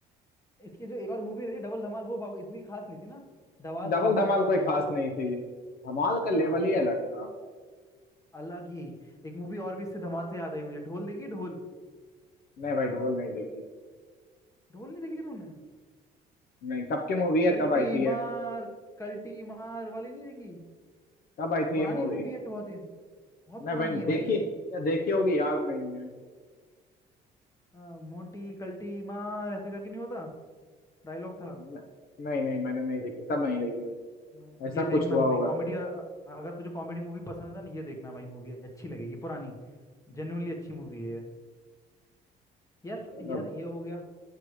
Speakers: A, on the left; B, on the left.
A: इसकी जो एक और मूवी थी डबल धमाल वो बा- इतनी खास नहीं थी ना धमाल
B: डबल
A: धमाल
B: धमाल कोई
A: धमाल
B: खास नहीं थी धमाल का लेवल
A: हाँ
B: ही अलग था
A: अलग ही एक मूवी और भी इससे धमाल से याद आई मुझे ढोल देखिए ढोल
B: नहीं भाई ढोल नहीं देखी
A: ढोल नहीं देखी तूने
B: नहीं कब की मूवी है
A: कल्टी
B: कब आई थी ये
A: मार कल्टी मार वाली नहीं देखी
B: कब आई थी
A: पुरानी
B: ये मूवी
A: मूवी है बहुत ये बहुत
B: नहीं
A: पुरानी
B: भाई
A: है भाई
B: देखी
A: ये
B: या देखी होगी याद नहीं है
A: आ, मोटी कल्टी मार ऐसे करके नहीं होता डायलॉग था
B: न- नहीं नहीं मैंने नहीं देखी तब नहीं देखी
A: आ,
B: ऐसा
A: ये देखना
B: कुछ हुआ
A: मूवी
B: होगा
A: कॉमेडी
B: तो
A: अगर तुझे कॉमेडी मूवी पसंद है ना ये देखना भाई मूवी अच्छी लगेगी पुरानी जेन्युइनली अच्छी मूवी है ये। यार फ-
B: चलो
A: यार ये हो गया